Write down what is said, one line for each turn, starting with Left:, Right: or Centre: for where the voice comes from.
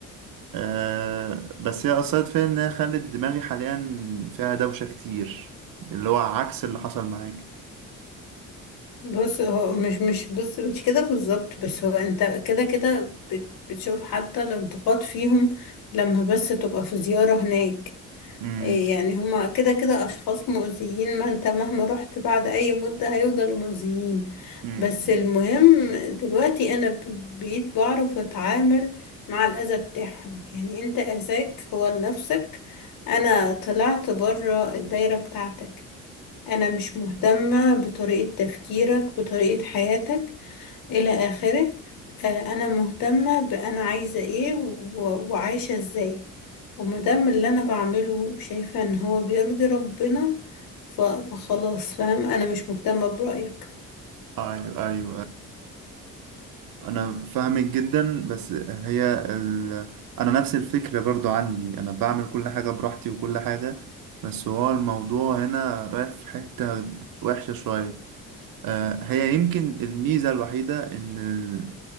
Right: آه بس هي أثرت فيا إنها خلت دماغي حاليا فيها دوشة كتير اللي هو عكس اللي حصل معاكي
Left: بص هو مش مش بص مش كده بالظبط بس هو انت كده كده بت- بتشوف حتى الانتقاد فيهم لما بس تبقى في زيارة هناك
Right: امم
Left: إيه يعني هما كده كده أشخاص مؤذيين ما انت مهما رحت بعد أي مدة هيفضلوا مؤذيين
Right: امم
Left: بس المهم دلوقتي أنا ب- بقيت بعرف أتعامل مع الأذى بتاعهم يعني انت أذاك هو لنفسك أنا طلعت بره الدايرة بتاعتك أنا مش مهتمة بطريقة تفكيرك بطريقة حياتك إلى آخره آه، أنا مهتمة بأنا عايزة إيه و- وعايشة إزاي ومادام اللي أنا بعمله شايفة إن هو بيرضي ربنا ف- فخلاص فاهم أنا مش مهتمة برأيك
Right: أيوه أيوه أنا فاهمك جدا بس هي ال... أنا نفس الفكرة برضو عندي أنا بعمل كل حاجة براحتي وكل حاجة بس هو الموضوع هنا رايح في حتة وحشة شوية آه، هي يمكن الميزة الوحيدة إن ال...